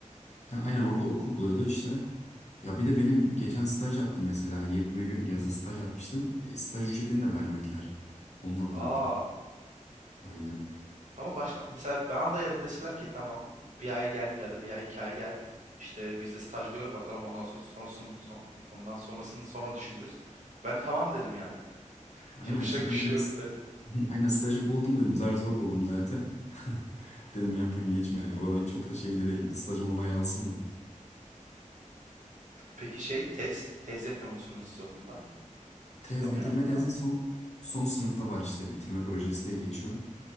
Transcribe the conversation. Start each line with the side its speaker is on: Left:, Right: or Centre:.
Left: Ya aynen orada okul buluyordu işte. Ya bir de benim geçen staj yaptım mesela. 20 gün yazın staj yapmıştım. E, staj ücretini de vermediler. Onu da anlamadım.
Right: Aa,
Left: Aynen.
Right: Ama baştan mesela bana da yarın deseler ki tamam bir ay gel ya da bir ay iki ay gel işte bizde staj gör bakalım ondan sonra sonrasını son ondan sonrasını sonra düşünürüz. Ben tamam derim yani. <laughs>
Left: Aynen
Right: Yapacak
Left: işte
Right: bir
Left: benim
Right: şey
Left: de
Right: yok. Evet.
Left: <laughs> aynen stajı buldum dedim. Zar zor buldum zaten. <laughs> Dedim yapayım geçim yani. Olayı çok da şeyinde değilim. Stajım onay alsın da.
Right: Peki şey tez tez yapıyor musunuz siz okulda?
Left: Tez
Right: Diplomayı
Left: bitirme
Right: almadan.
Left: tezi son son sınıfta var işte bitirme projesi diye geçiyorum.